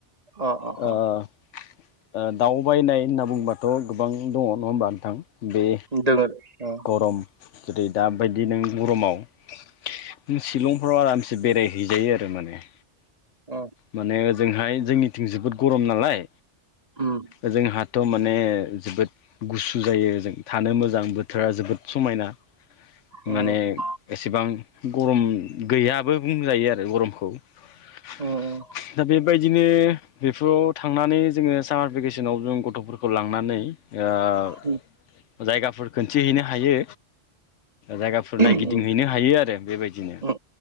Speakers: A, on the right (about 35°); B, on the left (about 85°).
A: अ अ अ
B: ओ ओ दावबायनाय होनना बुंबाथ' गोबां दङ नङा होमबा नोंथां बे
A: दोङो ओ
B: गरम जेरै दाबायदि नों गरमाव नों सिलंफ्राव आरामसे बेरायहैजायो आरो माने
A: ओ
B: माने ओजोंहाय जोंनिथिं जोबोद गरम नालाय
A: उम
B: ओजोंहा थ' माने जोबोद गुसु जायो जों थानो मोजांबो बोथोरा जोबोद समायना
A: उम
B: माने एसेबां गरम गैयाबो बुंजायो आरो गरमखौ दा
A: उम उम
B: बेबायदिनो बेफोराव था थांनानै जोङो सामार भेकेसनाव जों गथ'फोरखौ लांनानै ओ
A: उम
B: जायगाफोर खोन्थिहैनो हायो। जायगाफोर नायगिदिंहैनो
A: उम
B: हायो आरो बेबायदिनो
A: उम